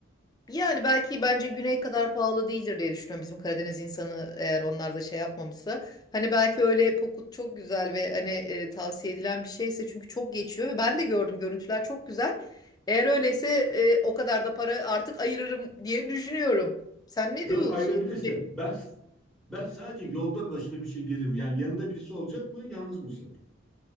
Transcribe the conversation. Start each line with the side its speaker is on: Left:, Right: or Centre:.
Left: Yani belki bence güney kadar pahalı değildir diye düşünüyorum bizim Karadeniz insanı eğer onlar da şey yapmamışsa. Hani belki öyle pokut çok güzel ve hani e, tavsiye edilen bir şeyse çünkü çok geçiyor ve ben de gördüm görüntüler çok güzel. Eğer öyleyse e, o kadar da para artık ayırırım diye düşünüyorum. Sen ne
Centre: Yo
Left: diyorsun?
Centre: ayırabilirsin. Ben ben sadece yolda başına bir şey gelir mi? Yani yanında birisi olacak mı? Yalnız mısın?